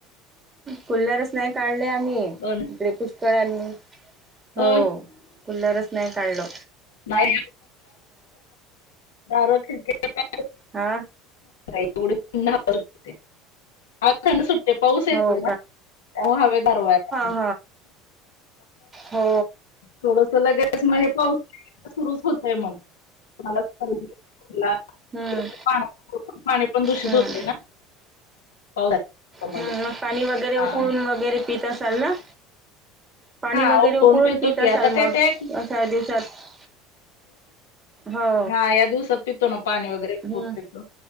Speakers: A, on the right; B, on the left.
A: कुलरच नाही काढले आम्ही,
B: पण हो ना.
A: इकडे कळ्यांनी, हो
B: होय.
A: कुलरच नाही काढलं.
B: नाही दार खिडक्या
A: हा
B: <inaudible> एवढे <inaudible> ह थंड सुट्टते पाऊस येतोय
A: हो
B: ना ते हवेत गारवा या.
A: हां हो
B: थोडस लगेस म हे पाऊस सुरुच होतंय मग. <unintelligible>
A: हम्म
B: पाणी पण दूषित
A: हम्म
B: होते ना पावसामध्ये
A: हम् मग पाणी वगैरे,
B: हा
A: उकळून वगैरे पित असाल ना. पाणी
B: हा
A: वगैरे
B: उकळून पेतो
A: पित
B: की,
A: असाल
B: आता
A: मग
B: काय ते.
A: अशा दिवसात हो.
B: हा या दिवसांत पितो ना पाणी वगैरे उकळुन
A: हम्म
B: पितो.